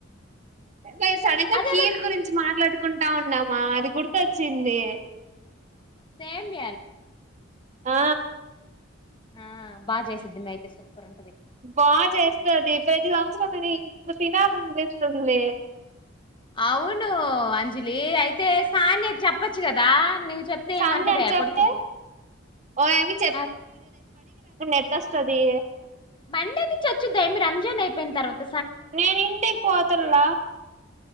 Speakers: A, on the right; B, on the left.
A: మే సడన్ గా
B: అదేదో
A: కీర్ గురించి మాట్లాడుకుంటా ఉన్నామా అది గుర్తొచ్చిందా
B: సేఫ్
A: ఆ
B: ఆ బా చేసింది అయితే స్వీయ ఉంటది
A: బా చేస్తాది ప్రతి సావత్రం తినాలి అనిపిస్తుంది
B: అవును అంజలి అయితే సానియా కి చేపచు కదా నువ్వు చెప్తే
A: సన్యా
B: ఏమంటదే
A: కి చెప్తే
B: పొడిచిద్ది
A: ఓ ఆయేమ్మీ
B: ఆ
A: ఎత్తొస్తడి
B: మండే నుంచి వచ్చిది ఆయేమ్మీ రమజాన్ అయిపోయిన తరువాత
A: నేను ఇంటికి పోతున్న